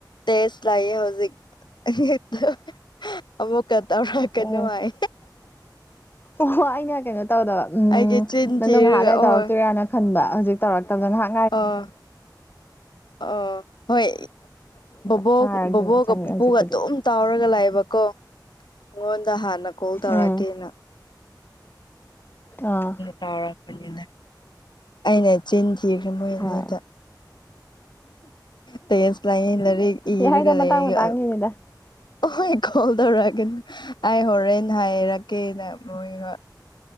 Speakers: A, on the left; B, on the left.
A: ꯇꯦꯖ ꯂꯩꯌꯦ ꯍꯧꯖꯤꯛ ꯍꯠꯇ ꯑꯃꯨꯛꯀ ꯇꯧꯔꯛꯀꯅꯨ
B: ꯑꯣ
A: ꯍꯥꯏ
B: ꯑꯣ ꯍꯣ ꯑꯩꯅ ꯀꯩꯅꯣ ꯇꯧꯗꯕ ꯎꯝ
A: ꯑꯩꯒꯤ ꯆꯤꯟ
B: ꯅꯪꯗꯣ
A: ꯊꯤꯔꯒ
B: ꯉꯥꯏꯍꯥꯛ ꯂꯩ
A: ꯍꯣꯏ
B: ꯇꯧꯔꯛꯇꯣꯏꯔꯥꯅ ꯈꯟꯕ ꯍꯧꯖꯤꯛ ꯇꯧꯔꯛꯇꯕ ꯉꯥꯍꯥꯛ
A: ꯑꯥ ꯑꯥ ꯍꯣꯏ
B: ꯆꯥꯛ
A: ꯕꯣꯛ
B: ꯆꯥꯔꯒꯦꯅ
A: ꯕꯣꯛꯒ
B: ꯆꯪꯉꯛꯑꯦ
A: ꯄꯨꯄꯨꯒ
B: ꯍꯧꯖꯤꯛꯄꯨꯗꯤ
A: ꯑꯗꯨꯝ ꯇꯧꯔꯒ ꯂꯩꯕꯀꯣ ꯅꯪꯉꯣꯟꯗ ꯍꯥꯟꯅ ꯀꯣꯜ ꯇꯧꯔꯛꯀꯦꯅ
B: ꯎꯝ ꯑꯥ
A: ꯇꯧꯔꯛꯄꯅꯤꯗ ꯑꯩꯅ ꯆꯤꯟ ꯊꯤꯈ꯭ꯔꯦ ꯃꯣꯏ ꯑꯅꯤꯗ
B: ꯍꯣꯏ
A: ꯇꯦꯁ ꯂꯩꯌꯦ ꯂꯥꯏꯔꯤꯛ
B: ꯌꯥꯏꯗ
A: ꯏꯔꯒ ꯂꯩꯌꯦ
B: ꯃꯇꯥꯡ ꯃꯇꯥꯡꯒꯤꯅꯤꯗ
A: ꯍꯣꯏ ꯀꯣꯜ ꯇꯧꯔꯛꯒꯅꯨ ꯑꯩ ꯍꯣꯔꯦꯟ ꯍꯥꯏꯔꯛꯀꯦꯅ ꯃꯣꯏ ꯍꯣꯏ